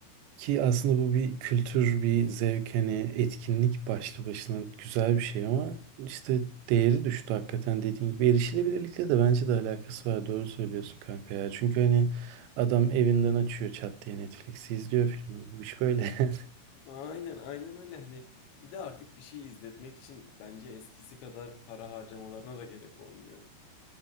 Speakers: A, on the right; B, on the left.
A: Ki aslında bu bir kültür, bir zevk, hani etkinlik başlı başına güzel bir şey ama işte değeri düştü hakikaten dediğin gibi. Erişilebilirlikle de bence de alakası var. Doğru söylüyorsun kanka ya. Çünkü hani adam evinden açıyor çat diye Netflix'i izliyor filmi. Bu iş böyle. <laughs>
B: Aynen aynen öyle hani bir de artık bir şey izletmek için bence eskisi kadar para harcamalarına da gerek olmuyor.